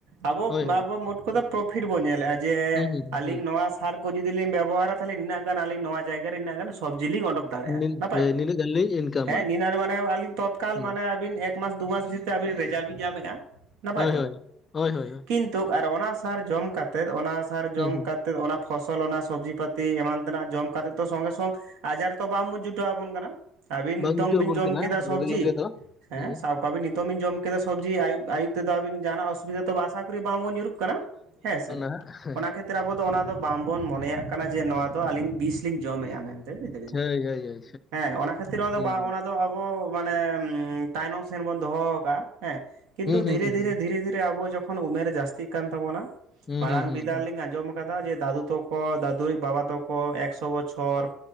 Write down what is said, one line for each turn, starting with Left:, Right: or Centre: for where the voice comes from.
Right: ᱟᱵᱚ
Left: ᱦᱳᱭ ᱦᱳᱭ
Right: ᱟᱵᱚ ᱢᱳᱴ ᱠᱚᱛᱷᱟ ᱯᱨᱚᱯᱷᱤᱴ ᱵᱚᱱ ᱧᱮᱞᱮᱫᱼᱟ ᱡᱮ
Left: ᱦᱩᱸ ᱦᱩᱸ
Right: ᱟᱞᱤᱧ
Left: ᱦᱩᱸ
Right: ᱱᱚᱣᱟ ᱥᱟᱨ ᱠᱚ ᱡᱩᱫᱤ ᱞᱤᱧ ᱵᱮᱵᱚᱦᱟᱨᱟ ᱛᱟᱦᱚᱞᱮ ᱱᱤᱱᱟᱹᱜ ᱜᱟᱱ ᱟᱞᱤᱧ ᱱᱚᱣᱟ ᱡᱟᱭᱜᱟ ᱨᱮ ᱱᱤᱱᱟᱹᱜ ᱜᱟᱱ ᱥᱚᱵᱡᱤ ᱞᱤᱧ ᱚᱰᱳᱠ ᱫᱟᱲᱮᱭᱟᱜᱼᱟ
Left: ᱱᱤᱱ
Right: ᱱᱟᱯᱟᱭ
Left: ᱦᱳᱭ
Right: ᱛᱚ,
Left: ᱱᱤᱱᱟᱹᱜ ᱜᱟᱱ ᱞᱤᱧ ᱤᱱᱠᱟᱢᱟ
Right: ᱦᱮᱸ ᱱᱤᱱᱟᱨ ᱢᱟᱱᱮ ᱟᱹᱞᱤᱧ ᱛᱚᱛ ᱠᱟᱞ
Left: ᱦᱩᱸ
Right: ᱢᱟᱱᱮ ᱟᱵᱤᱱ ᱮᱠᱢᱟᱥ ᱫᱩ ᱢᱟᱥ ᱫᱷᱤᱨ ᱛᱮ ᱟᱹᱵᱤᱱ ᱨᱮᱡᱟᱞᱴ ᱵᱤᱱ ᱧᱟᱢᱮᱫᱼᱟ᱾ ᱱᱟᱯᱟᱭ
Left: ᱦᱳᱭ
Right: ᱛᱚ
Left: ᱦᱳᱭ ᱦᱳᱭ ᱦᱳᱭ ᱦᱳᱭ
Right: ᱠᱤᱱᱛᱩᱜ ᱟᱨ ᱚᱱᱟ ᱥᱟᱨ ᱡᱚᱢ ᱠᱟᱛᱮᱫ ᱚᱱᱟ ᱥᱟᱨ ᱡᱚᱢ
Left: ᱦᱩᱸ ᱦᱩᱸ
Right: ᱠᱟᱛᱮ ᱛᱮᱫᱚ ᱚᱱᱟ ᱯᱷᱚᱥᱚᱞ ᱚᱱᱟ ᱥᱚᱵᱽᱡᱤ ᱯᱟᱹᱛᱤ ᱮᱢᱟᱱ ᱛᱮᱱᱟᱜ ᱡᱚᱢ ᱠᱟᱛᱮᱫ ᱛᱚ ᱥᱚᱸᱜᱮ ᱥᱚᱝ ᱟᱡᱟᱨ ᱛᱚ ᱵᱟᱢ ᱡᱩᱴᱟᱹ ᱟᱵᱚᱱ ᱠᱟᱱᱟ ᱟᱹᱵᱤᱱ
Left: ᱵᱟᱝ
Right: ᱱᱤᱛᱚᱝ
Left: ᱡᱩᱴᱟᱹᱣ
Right: ᱵᱤᱱ
Left: ᱟᱵᱚᱱ
Right: ᱡᱚᱢ
Left: ᱠᱟᱱᱟ
Right: ᱠᱮᱫᱟ ᱥᱚᱵᱽᱡᱤ
Left: ᱞᱚᱜᱮ ᱞᱚᱜᱮ ᱫᱚ
Right: ᱦᱮᱸ
Left: ᱦᱩᱸ
Right: ᱥᱟᱵ ᱟᱵᱤᱱ ᱱᱤᱛᱚᱢ ᱵᱤᱱ ᱡᱚᱢ ᱠᱮᱫᱟ ᱥᱚᱵᱽᱡᱤ ᱟᱭᱩᱵ ᱟᱭᱩᱵ ᱛᱮᱫᱚ ᱟᱵᱤᱱ ᱡᱟᱦᱱᱟᱜ ᱚᱥᱩᱵᱤᱫᱷᱟ ᱛᱚ ᱵᱟᱭᱥᱟᱵ ᱯᱩᱠᱨᱤ ᱵᱟᱝᱵᱚᱱ ᱧᱩᱨᱩᱜ ᱠᱟᱱᱟ ᱦᱮᱸ ᱥᱮ
Left: ᱟᱜ ᱦᱮᱸ ᱾
Right: ᱚᱱᱟ ᱠᱷᱮᱛᱨᱮ ᱟᱵᱚ ᱫᱚ ᱚᱱᱟ ᱫᱚ ᱵᱟᱝ ᱵᱚᱱ ᱢᱚᱱᱮᱭᱟᱜ ᱠᱟᱱᱟ ᱡᱮ ᱱᱚᱣᱟ ᱫᱚ ᱟᱹᱞᱤᱧ ᱵᱤᱥ ᱞᱤᱧ ᱡᱚᱢᱮᱜᱼᱟ ᱢᱮᱱ ᱛᱮ ᱵᱩᱡ ᱫᱟᱵᱮᱱ
Left: ᱦᱳᱭ ᱦᱳᱭ ᱦᱳᱭ ᱦᱳᱭ
Right: ᱦᱮᱸ ᱚᱱᱟ ᱠᱷᱟᱹᱛᱤᱨ ᱚᱱᱟ
Left: ᱦᱩᱸ
Right: ᱫᱚ ᱵᱟᱸ ᱚᱱᱟ ᱫᱚ ᱟᱵᱚ ᱢᱟᱱ ᱛᱟᱭᱱᱚᱢ ᱥᱮᱱ ᱵᱚᱱ ᱫᱚᱦᱚ ᱠᱟᱜ-ᱟ ᱦᱮᱸ ᱠᱤᱱᱛᱩ
Left: ᱦᱩᱸ ᱦᱩᱸ ᱦᱩᱸ
Right: ᱫᱷᱤᱨᱮ
Left: ᱦᱩᱸ
Right: ᱫᱷᱤᱨᱮ ᱫᱷᱤᱨᱮ ᱫᱷᱤᱨᱮ ᱟᱵᱚ ᱡᱚ ᱠᱷᱚᱱ ᱩᱢᱮᱨ ᱡᱟᱹᱥᱛᱤᱜ ᱠᱟᱱ ᱛᱟᱵᱚᱱᱟ ᱾
Left: ᱦᱩᱸ ᱦᱩᱸ ᱦᱩᱸ ᱾
Right: ᱡᱟ ᱞᱤᱧ ᱟᱸᱡᱚᱢ ᱠᱟᱫᱟ ᱡᱮ ᱫᱟᱫᱩ ᱛᱟᱠᱚ ᱫᱟᱫᱩᱨᱤᱡ ᱵᱟᱵᱟ ᱛᱟᱠ ᱠᱚ ᱮᱠᱥᱚ ᱵᱚᱪᱷᱚᱨ